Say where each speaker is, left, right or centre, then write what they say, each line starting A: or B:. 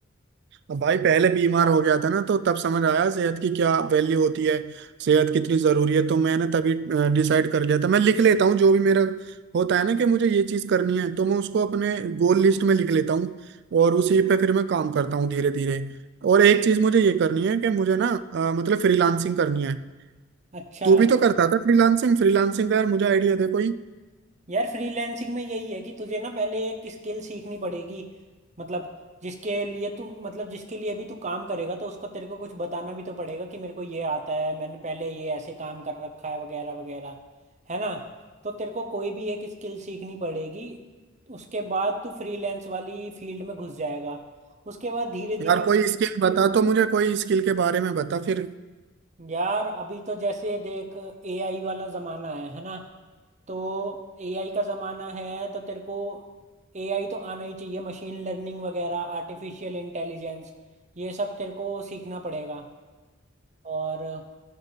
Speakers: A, on the right; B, on the right.
A: अब भाई पहले बीमार हो गया था ना तो तब समझ आया सेहत की क्या वैल्यू होती है सेहत कितनी जरूरी है तो मैंने तभी डिसाइड कर लिया था मैं लिख लेता हूँ जो भी मेरा होता है ना कि मुझे ये चीज करनी है तो मैं उसको अपने गोल लिस्ट में लिख लेता हूँ और उसी पे फिर मैं काम करता हूँ धीरे धीरे और एक चीज मुझे ये करनी है कि मुझे ना अ, मतलब फ्रीलांसिंग करनी है
B: अच्छा
A: तू भी तो करता था फ्रीलांसिंग फ्रीलांसिंग का यार मुझे आइडिया दे कोई
B: यार फ्रीलैंसिंग में यही है कि तुझे ना पहले एक स्किल सीखनी पड़ेगी मतलब जिसके लिए तू मतलब जिसके लिए भी तू काम करेगा तो उसको तेरे को कुछ बताना भी तो पड़ेगा कि मेरे को ये आता है मैंने पहले ये ऐसे काम कर रखा है वगैरह वगैरह है ना तो तेरे को कोई भी एक स्किल सीखनी पड़ेगी उसके बाद तू फ्रीलैंस वाली फील्ड में घुस जाएगा उसके बाद धीरे धीरे
A: यार कोई स्किल बता तो मुझे कोई स्किल के बारे में बता फिर
B: यार अभी तो जैसे देख एआई वाला जमाना है है ना तो एआई का जमाना है तो तेरे को एआई तो आना ही चाहिए मशीन लर्निंग वगैरह आर्टिफिशियल इंटेलिजेंस ये सब तेरे को सीखना पड़ेगा और